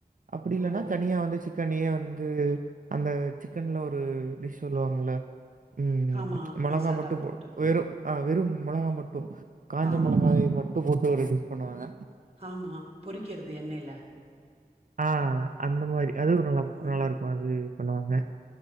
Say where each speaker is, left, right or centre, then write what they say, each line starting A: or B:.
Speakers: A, on the right; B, on the right.
A: அப்பிடி இல்லன்னா
B: ஓ
A: தனியா வந்து சிக் கனயே வந்து அந்த சிக்கன்ல ஒரு டிஷ் சொல்லுவாங்கில்ல உம் உம்
B: ஆமா
A: மிளகா
B: மசாலா
A: மட்டு போ
B: போட்டு
A: வெறும் ஆ வெறும் மொளகா மட்டு. காஞ்ச
B: ஆமாமா
A: மொளகாவை மட்டும் போட்டு ஒரு டிஷ் பண்ணுவாங்க
B: ஆமா பொறிக்கிறது எண்ணெல
A: ஆ அந்த மாரி அது ஒர் நல்லா இருக்
B: ம்
A: நல்லா இருக்கு அது பண்ணுவாங்க